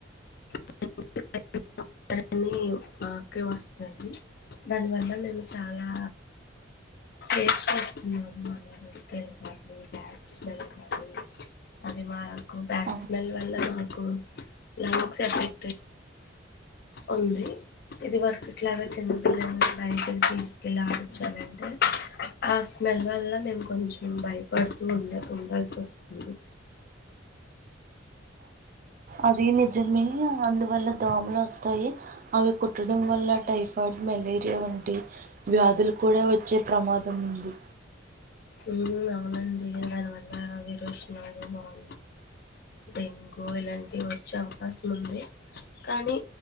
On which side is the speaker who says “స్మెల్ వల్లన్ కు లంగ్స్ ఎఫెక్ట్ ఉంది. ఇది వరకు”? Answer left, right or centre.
Left